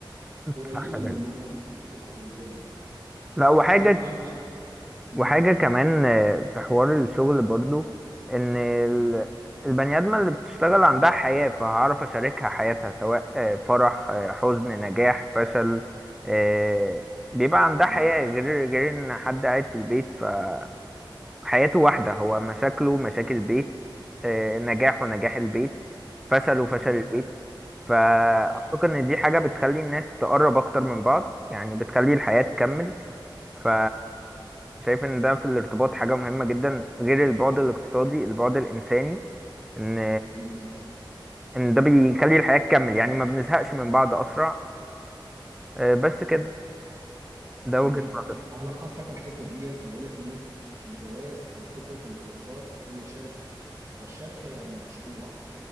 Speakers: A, on the right; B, in the centre.
A: قريبة
B: صح جدا
A: منهم بتفهم الدنيا
B: لا
A: عكس
B: وحاجة
A: مثلا في مم.
B: وحاجة كمان آه، في حوار الشغل برضو ان ال-
A: مم.
B: البني آدمة اللي بتشتغل عندها حياة فهعرف اشاركها حياتها سواء آه، فرح آه، حزن نجاح فشل آه، بيبقى عندها
A: هايل.
B: حياة غير غير ان حد قاعد في البيت فحياته واحدة هو مشاكله مشاكل البيت آه، نجاحه نجاح البيت فشله فشل
A: جدا
B: البيت فأعتقد
A: صح
B: ان دي حاجة بتخلي الناس تقرب اكتر من بعض يعني بتخلي الحياة تكمل ف شايف ان ده في الارتباط حاجة مهمة جدا غير البعد الاقتصادي البعد الانساني ان
A: جدا
B: ان ده بيخلي الحياة تكمل يعني ما بنزهقش من بعض اسرع آه، بس كده ده
A: تمام
B: وجهة نظري
A: هلخص لك الحته ديت بيقول لك ايه الجواز او فكره الارتباط هي شركه فالشركه يعني مشروع